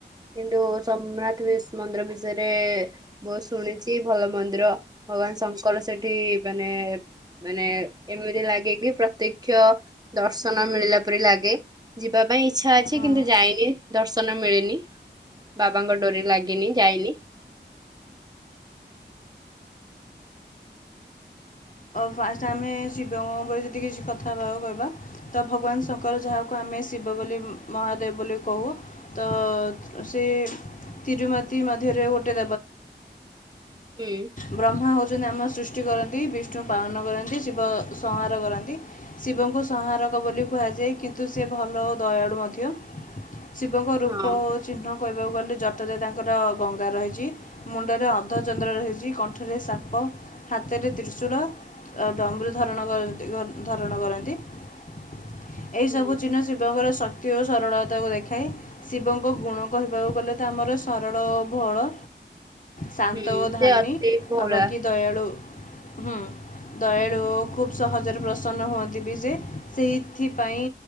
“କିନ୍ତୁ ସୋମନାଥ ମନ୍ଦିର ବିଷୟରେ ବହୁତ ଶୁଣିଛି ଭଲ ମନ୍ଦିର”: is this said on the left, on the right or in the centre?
Right